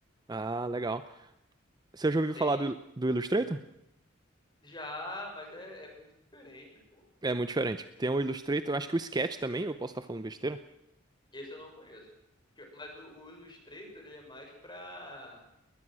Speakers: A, on the right (about 20°); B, on the left (about 25°).
A: Ah, legal. Você já ouviu
B: Tem
A: falar do, do Illustrator?
B: já, mas é, é muito diferente, pô.
A: É muito diferente. Tem o Illustrator, acho que o Sketch também, eu posso estar falando besteira.
B: Esse eu não conheço. Que- Mas o, o Illustrator, ele é mais pra,